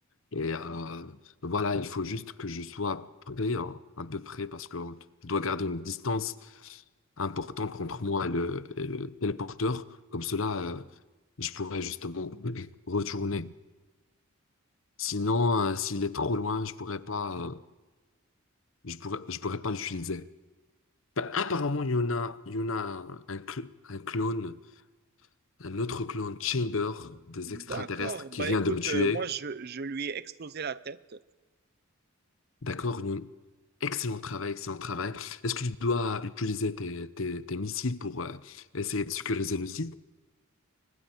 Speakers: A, on the left (about 65°); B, on the right (about 45°).
A: Et euh, voilà, il faut juste que je sois prêt, hein, à peu près, parce que je dois garder une distance importante entre moi et le, et le téléporteur. Comme cela, euh, je pourrais justement <clears throat> retourner. Sinon, euh, s'il est trop loin, je pourrais pas, euh, je pourrais, je pourrais pas l'utiliser. Bah, apparemment, il y en a, il y en a un, cl- un clone, un autre clone Chamber des
B: D'accord.
A: extraterrestres qui
B: Bah
A: vient
B: écoute,
A: de me tuer.
B: euh, moi, je, je lui ai explosé la tête.
A: D'accord, Youn. Excellent travail, excellent travail. Est-ce que tu dois utiliser tes, tes- tes missiles pour euh, essayer de sécuriser le site?